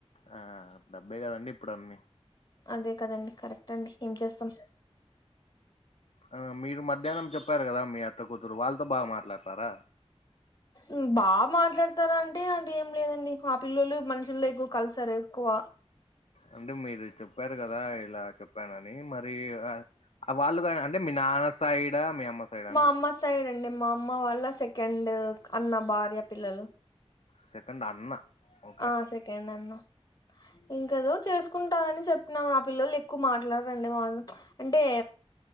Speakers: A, on the left; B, on the left.
A: ఆ డబ్బే కదండి ఇప్పుడు అన్ని
B: అదే కదండి కరెక్ట్ అండి ఏం చేస్తాం
A: ఆ మీరు మధ్యాహ్నం చెప్పారు కదా మీ అత్త కూతురు వాళ్ళతో బాగా మాట్లాడతారా
B: మ్మ్ బాగా మాట్లాడతారా అంటే అదేం లేదండి మా పిల్లలు మనుషుల్లో ఎక్కువ కలిసరు ఎక్కువ
A: అంటే మీరు చెప్పారు కదా ఇలా చెప్పానని మరి వాళ్ళు కా అంటే మీ నాన్న సైడ్ మీ అమ్మ సైడ అండి
B: మా అమ్మ సైడ్ అండి మా అమ్మ వాళ్ళ సెకండ్ అన్న భార్య పిల్లలు
A: సెకండ్ అన్న ఓకే
B: ఆ సెకండ్ అన్న ఇంకదో చేసుకుంటనని చెప్పినం ఆ పిల్లొల్లు ఎక్కువ మాట్లారండి మాతో అంటే